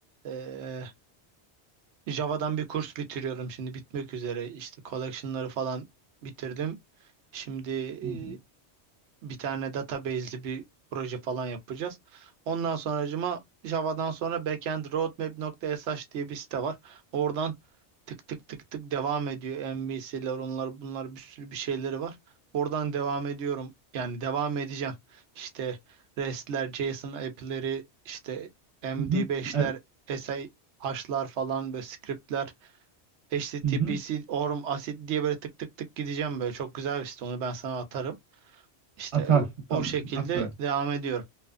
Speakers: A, on the right; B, on the right.
A: e, Java'dan bir kurs bitiriyorum şimdi bitmek üzere. İşte collection'ları falan bitirdim. Şimdi
B: Hı hı.
A: e, bir tane database'li bir proje falan yapacağız. Ondan sonracıma Java'dan sonra backendroadmap.sh diye bir site var. Oradan tık tık tık tık devam ediyor. MVC'ler onlar bunlar bir sürü bir şeyleri var. Oradan devam ediyorum. Yani devam edeceğim. İşte REST'ler, JSON app'leri, işte MD5'ler,
B: Hı hı, Evet.
A: SI H'lar falan böyle script'ler HTTPS
B: Hı hı.
A: Orm Asit diye böyle tık tık tık gideceğim böyle. Çok güzel bir site onu ben sana atarım. İşte
B: Atarsın
A: o
B: tamam.
A: şekilde
B: Atıver.
A: devam ediyorum.